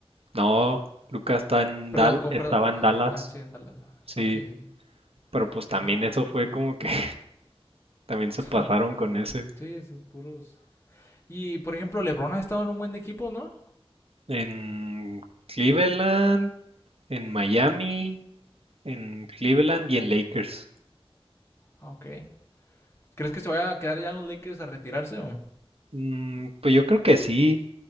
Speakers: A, on the right; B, on the left.
A: No, Lucas está en
B: Perdón,
A: Dal,
B: co-
A: estaba
B: perdón.
A: en Dallas,
B: Ah, ah, sí, en Dallas. Ah,
A: sí,
B: Ok, sí, sí.
A: pero pues también
B: Ah,
A: eso fue
B: sí.
A: como que <laughs> también se
B: <laughs>
A: pasaron con ese.
B: Sí, esos puros. Y por ejemplo, LeBron ha estado en un buen de equipo, ¿no?
A: En Cleveland, en Miami, en Cleveland y en Lakers.
B: Ah, Ok. ¿Crees que se vaya a quedar ya en los Lakers a retirarse? o?
A: Mm, pues yo creo que sí,